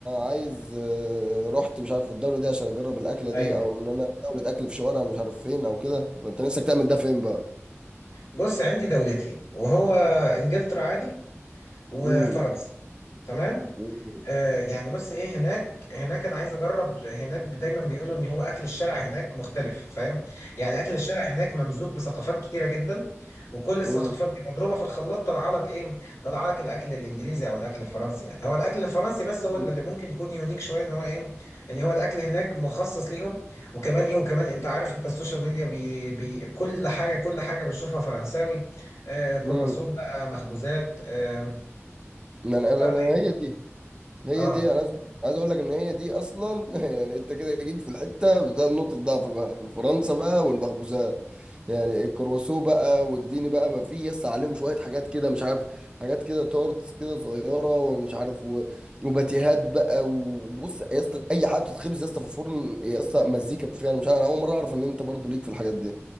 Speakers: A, on the right; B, on the left.
A: عايز آه، رحت مش عارف الدوله دي عشان اجرب الاكله دي
B: ايوه
A: او ان انا دوله اكل في شوارع مش عارف فين او كده فانت نفسك تعمل ده فين بقى
B: بص عندي دولتين وهو انجلترا عادي وفرنسا
A: امم
B: تمام
A: امم
B: آه يعني بص ايه هناك هناك انا عايز اجرب هناك دايما بيقولوا ان هو اكل الشارع هناك مختلف فاهم يعني اكل الشارع هناك ممزوج بثقافات كتيره جدا وكل الثقافات
A: امم
B: دي مضروبه في الخلاط طلع لك ايه طلع لك الاكل الانجليزي او الاكل الفرنسي يعني هو الاكل الفرنسي بس هو
A: امم
B: اللي ممكن يكون يونيك شويه ان هو ايه ان هو الاكل هناك مخصص ليهم وكمان ايه وكمان انت عارف انت السوشيال ميديا بي بي كل حاجه كل حاجه بنشوفها فرنساوي آه كرواسون
A: امم
B: بقى مخبوزات آه
A: انا انا
B: بتاع-
A: أنا- هي دي هي
B: اه
A: دي انا عايز عايز اقول لك ان هي دي اصلا <laughs> يعني انت كده جيت في الحته بتاعت نقطه ضعف بقى فرنسا بقى والمخبوزات يعني الكرواسو بقى واديني بقى ما في يس عليهم شويه حاجات كده مش عارف حاجات كده تورتس كده صغيره ومش عارف و- وباتيهات بقى وبص يا اسطى اي حاجه بتتخبز يا اسطى في الفرن يا اسطى مزيكا فيها انا مش عارف انا اول مره اعرف ان انت برضو ليك في الحاجات دي